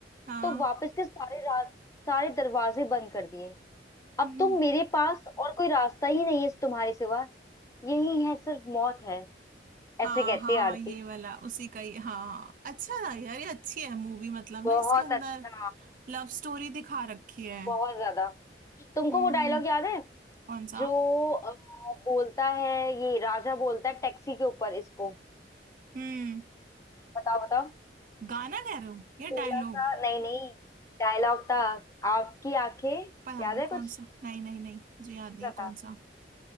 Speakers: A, on the right; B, on the left.
A: हाँ
B: तो वापस के सारे रा... सारे दरवाजे बंद कर दिए अब
A: हम्म।
B: तुम मेरे पास और कोई रास्ता ही नहीं है तुम्हारे सिवा यही है सिर्फ मौत है
A: हाँ
B: ऐसे कहती
A: हाँ
B: है आरती
A: ये वाला उसी का ही हाँ अच्छा था यार ये अच्छी है मूवी मतलब
B: बहुत
A: ना इसके अंदर
B: अच्छा
A: लव स्टोरी दिखा रखी है
B: बहुत ज्यादा तुमको
A: हम्म
B: वो डायलॉग याद है
A: कौन सा
B: जो अ, बोलता है ये राजा बोलता है टैक्सी के ऊपर इसको
A: हम्म
B: बताओ बताओ
A: गाना कह रहे हो या
B: थोड़ा
A: डायलॉग
B: सा नहीं नहीं डायलॉग था आपकी आंखें
A: पता
B: याद
A: नहीं
B: है कुछ
A: कौन सा नहीं नहीं नहीं मुझे याद
B: ऐसा
A: नहीं है
B: था
A: कौन सा